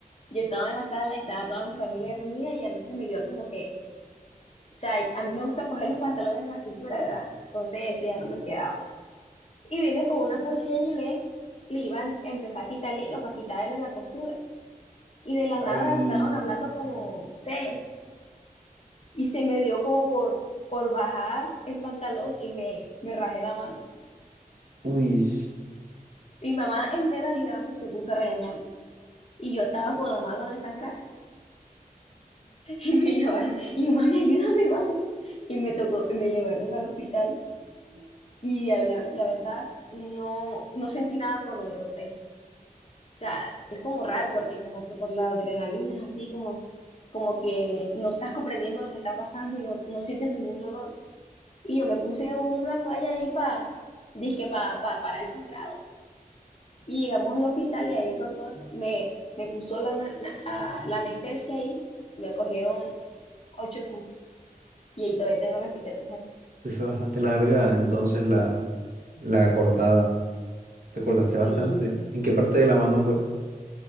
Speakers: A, on the left (about 45°); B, on the right (about 70°).
A: Yo estaba en la sala y estaba toda mi familia reunida y a mí se me dio como que, o sea, a mí me gusta coger los pantalones de la cintura, ¿verdad? Entonces ese ya no me quedaba. Y viene con una cuchilla y le, le iba a em- empezar a quitar el hilo para quitarle la costura. Y de la nada
B: Ay,
A: estaban hablando como, no sé, y se me dio como por, por bajar el pantalón y me, me rajé la mano.
B: Uy,
A: Mi mamá, en vez de ayudarme, se puso a regañarme. Y yo estaba con la mano desangrada <laughs> y me llevaron, y yo, mami, ayúdame, mami. Y me tocó, y me llevaron al hospital. Y la, la verdad, no, no sentí nada cuando me corté. O sea, es como raro porque como que por la adrenalina es así como, como que no estás comprendiendo lo que está pasando y no, no sientes ningún dolor. Y yo me puse una toalla ahí para, dizque pa, pa- para el sangrado. Y llegamos al hospital y ahí el doctor me, me puso la, ana- na- a- la anestesia ahí. Me cogieron ocho puntos. Y ahí todavía tengo la cicatriz aquí.
B: uy, fue bastante larga entonces la, la cortada. Te cortaste
A: Sí,
B: bastante. ¿En qué parte de la mano fue?